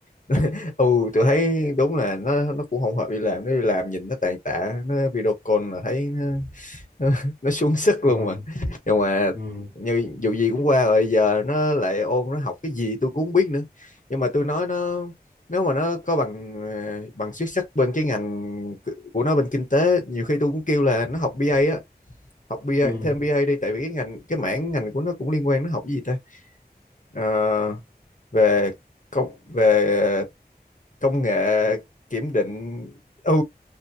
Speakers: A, on the left; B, on the left.
A: <laughs> ừ tôi thấy đúng là nó nó cũng không hợp đi làm nó đi làm nhìn nó tàn tạ nó video call là thấy nó <laughs> nó nó xuống sức luôn
B: ừ
A: mà nhưng mà
B: ừ
A: như dù gì cũng qua rồi giờ nó lại ôn nó học cái gì tôi cũng không biết nữa nhưng mà tôi nói nó nếu mà nó có bằng ờ, bằng xuất sắc bên cái ngành c- của nó bên kinh tế nhiều khi tôi cũng kêu là nó học BA á học BA
B: ừ
A: thêm BA đi tại vì cái ngành cái mảng ngành của nó cũng liên quan nó học cái gì ta Ờ, về công về công nghệ kiểm định ừ